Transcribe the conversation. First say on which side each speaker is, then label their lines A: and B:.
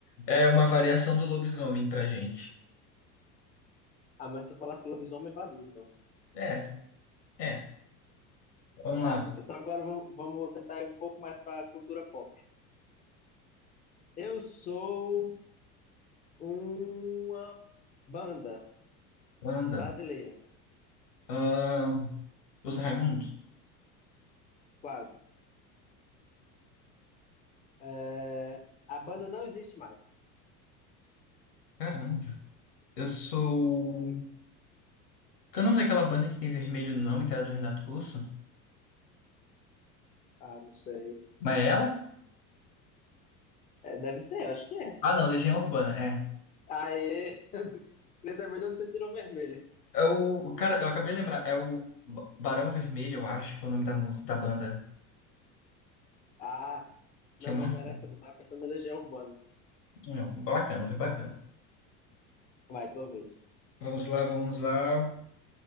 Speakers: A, on the left (about 75°); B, on the left (about 20°).
A: É uma variação do lobisomem pra gente.
B: Ah, mas se eu falasse lobisomem, valia, então.
A: É, é. Vamos
B: Tá,
A: lá.
B: então agora vam- vamos tentar ir um pouco mais para a cultura pop. Eu sou uma banda
A: Anda.
B: brasileira,
A: Ahn, os Raimundos?
B: quase. É, a banda não existe mais.
A: Caramba. Eu sou. Qual é o nome daquela banda que tem vermelho no nome, que era do Renato Russo?
B: Ah, não sei.
A: Mas é ela?
B: É, deve ser, eu acho que é.
A: Ah, não, Legião Urbana, É.
B: Aê! <laughs> Queria saber de onde você tirou vermelho.
A: É o, cara, eu acabei de lembrar, é o Ba- Barão Vermelho, eu acho, que é o nome da música, da banda.
B: Ah,
A: Tinha
B: não,
A: uma.
B: mas
A: assim.
B: não era essa, não. Tava pensando em Legião Urbana.
A: Não, foi bacana, foi bacana.
B: Vai, tua vez.
A: Vamos lá, vamos lá,